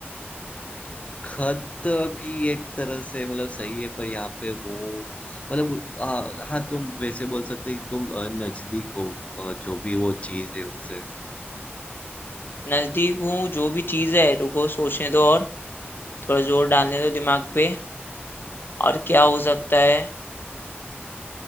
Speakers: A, on the left; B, on the left.
A: खत भी एक तरह से मतलब सही है पर यहाँ पे वो मतलब आ, हाँ तुम वैसे बोल सकते हो कि तुम अ, नजदीक हो अ, जो भी वो चीज है उससे
B: नजदीक हूँ जो भी चीज है रुको सोचने दो और थोड़ा जोर डालने दो दिमाग पे और क्या हो सकता है